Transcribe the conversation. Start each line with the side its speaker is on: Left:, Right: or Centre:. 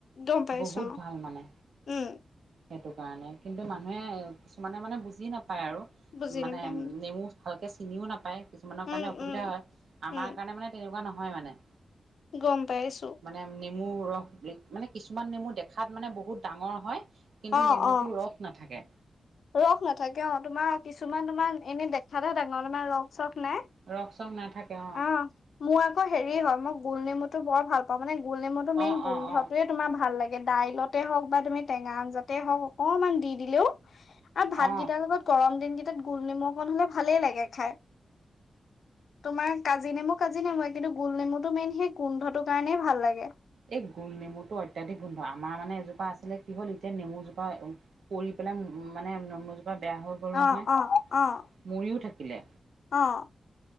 Left: গম পাইছো
Right: বহুত
Left: অ
Right: ভাল মানে।
Left: উম,
Right: <inaudible> সেইটো কাৰণে কিন্তু, মানুহে কিছুমানে মানে বুজি নাপায় আৰু
Left: বুজি
Right: মানে
Left: নাপাম।
Right: নেমু ভালকে চিনিও নাপায় কিছুমানৰ
Left: উম,
Right: কাৰণে অসুবিধা
Left: উম,
Right: হয়,
Left: উম,
Right: আমাৰ কাৰণে মানে তেনেকুৱা নহয় মানে।
Left: গম পাইছো।
Right: মানে নেমু ৰস মানে কিছুমান নেমু দেখাত মানে বহুত ডাঙৰ হয় কিন্তু,
Left: অ',
Right: নেমুটো
Left: অ',
Right: ৰস নাথাকে।
Left: ৰস নাথাকে অ' তোমাৰ কিছুমান তোমাৰ এনেই দেখাতহে ডাঙৰ তোমাৰ ৰস- চখ নাই
Right: ৰস চস নাথাকে অ
Left: অহ মোৰ আকৌ হেৰি হয় মই গুল নেমুটো বৰ ভাল পাওঁ মানে গুলনেমুটো মেইন
Right: অ অ
Left: গোন্ধটোৱে
Right: অ
Left: তোমাৰ ভাল লাগে। দাইলতে হওক বা তুমি টেঙা আঞ্জাতে হওঁক অকনমান দি দিলো আৰু ভাত
Right: অ
Left: গিদাৰ লগত গৰম দিন কেইটাত গুল নিমখ কণ হলে ভালেই লাগে খাই। তোমাৰ কাজি নেমু কাজি নেমুুৱে কিন্তু, গুল নেমুটো মেইন সেই গোন্ধটোৰ কাৰণেই ভাল লাগে।
Right: এই গুল নেমুটো অত্যাধিক গোন্ধ। আমাৰ মানে এজোপা আছিলে কি হ'ল এতিয়া নেমু জোপা পৰি লে মানে নমমোজোপা বেয়া হৈ গ'ল নহয়
Left: অ', অ', অ',
Right: মৰিও থাকিলে।
Left: অ',